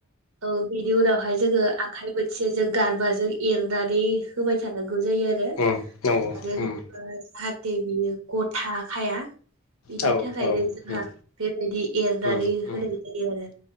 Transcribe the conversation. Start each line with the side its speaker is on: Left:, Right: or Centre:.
Right: औ बिनि उनावहाय जोङो आखाय मोनसेजों गारबाजों एरनानै होबाय थानांगौ जायो आरो।
Left: उम नंगौ
Right: आरो होयोबा
Left: उम
Right: जाहाथे बियो गथाखाया। बिनि
Left: औ
Right: थाखायनो
Left: औ उम
Right: जोंहा बेबायदि एरनानै
Left: उम उम
Right: होनाय जायो आरो।